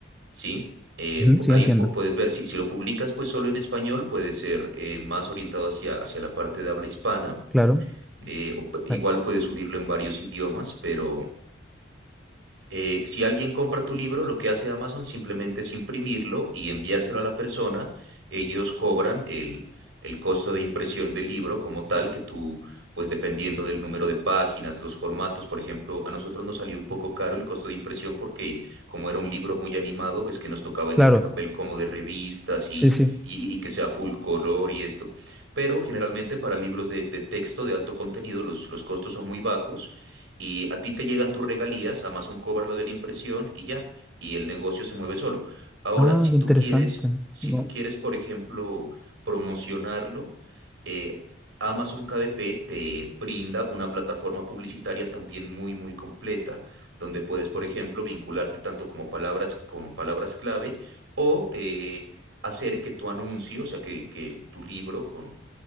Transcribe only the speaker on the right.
¿sí? Eh, pu-
ahí
pu- puedes ver, si, si lo publicas pues solo en español, puede ser eh, más orientado hacia, hacia la parte de habla hispana.
eh, o p- igual
puedes subirlo en varios idiomas, pero... Eh, si alguien compra tu libro, lo que hace Amazon simplemente es imprimirlo y enviárselo a la persona. Ellos cobran el, el costo de impresión del libro como tal, que tú, pues dependiendo del número de páginas, los formatos, por ejemplo, a nosotros nos salió un poco caro el costo de impresión porque como era un libro muy animado, ves que nos tocaba en
este papel como de revistas
y,
y, y que sea full color y esto. Pero generalmente para libros de, de texto de alto contenido los, los costos son muy bajos y a ti te llegan tus regalías, Amazon cobra lo de la impresión y ya, y el negocio se mueve solo. Ahora,
si
tú
quieres, si
tú quieres, por ejemplo, promocionarlo, eh, Amazon KDP te brinda una plataforma publicitaria también muy, muy completa, donde puedes, por ejemplo, vincularte tanto como palabras con palabras clave o eh, hacer que tu anuncio, o sea, que, que el- tu libro con